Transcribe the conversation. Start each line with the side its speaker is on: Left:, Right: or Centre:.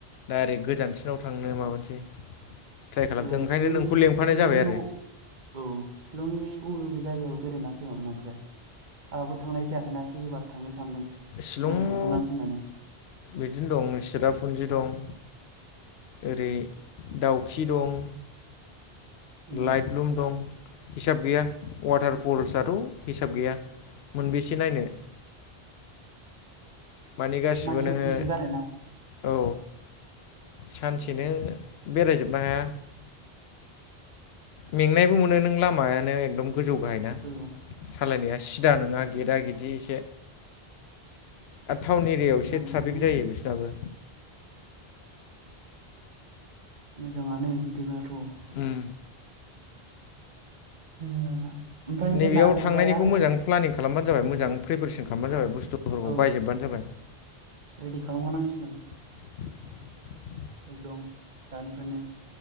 Left: दा ओरै गोजानसिनाव थांनो माबानोसै ट्राइ खालामदों
Right: उम
Left: ओंखायनो
Right: शिलंनि
Left: नोंखौ लेंफानाय
Right: शिलंनि
Left: जाबाय आरो
Right: अ औ शिलंनि बबे बबे जायगायाव बेरायना फैयामोन ओमफ्राय? आंहाबो थांनाय जायाखैना एसे एबार थांनो सानदों उनाव
Left: शिलंआव
Right: थांखांनानै फैनानै
Left: बिदिनो दं चिरापुन्जि दं। ओरै दाउखि दं
Right: उम
Left: लाइटलुम दं हिसाब गैया उवाटार फल्सआथ' हिसाब गैया मोनबेसे नायनो माने गासिबो
Right: मानसिफोर
Left: नोङो
Right: फैसो गारोना
Left: औ सानसेनो बेरायजोबनो हाया। मेंनायबो मोनो नों लामायानो एकदम गोजौ गाहायना।
Right: औ
Left: सालायनाया सिदा नोङा गेदा गेदि एसे आरो टाउन एरियायाव
Right: मोजाङानो
Left: एसे ट्राफिक जायो बिसोरनाबो।
Right: मोजाङानो बिदिब्लाथ'
Left: उम
Right: ओ ओमफ्राय
Left: नैबेयाव
Right: जोंना ओरैजाय
Left: थांनायनिखौ
Right: आरो
Left: मोजां प्लानिं खालामबानो जाबाय मोजां प्रिपेरेसन खालामबानो जाबाय बुस्थुफोरखौ
Right: औ
Left: बायजोबबानो जाबाय।
Right: रेडि खालामखानांसिगोन।
Left: <inaudible>
Right: एकदम दानिफ्रायनो